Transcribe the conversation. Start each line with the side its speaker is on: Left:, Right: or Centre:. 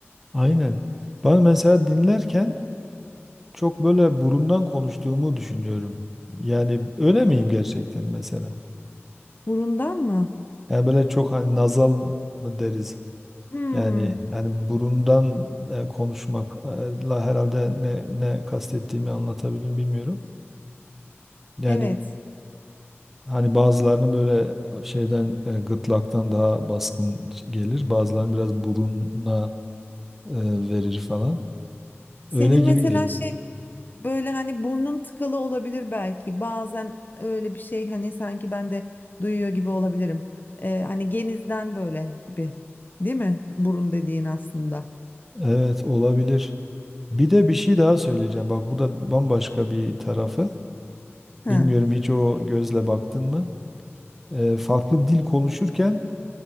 Centre: Aynen. Ben mesela dinlerken çok böyle burundan konuştuğumu düşünüyorum. Yani öyle miyim gerçekten mesela?
Left: Burundan mı?
Centre: Yani böyle çok hani nazal mı deriz?
Left: Hmm,
Centre: Yani yani burundan e, konuşmakla herhalde ne ne kastettiğimi anlatabilirim bilmiyorum. Yani
Left: evet.
Centre: Hani bazılarının böyle e, şeyden e, gırtlaktan daha baskın gelir. Bazılarının biraz buruna e, verir falan.
Left: Senin
Centre: Öyle gibi
Left: mesela
Centre: geliyor.
Left: şey Böyle hani burnun tıkalı olabilir belki. Bazen öyle bir şey hani sanki ben de duyuyor gibi olabilirim. Ee, hani genizden böyle gibi. Değil mi? Burun dediğin aslında.
Centre: Evet olabilir. Bir de bir şey daha söyleyeceğim. Bak bu da bambaşka bir tarafı.
Left: Hı.
Centre: Bilmiyorum hiç o gözle baktın mı? E, farklı dil konuşurken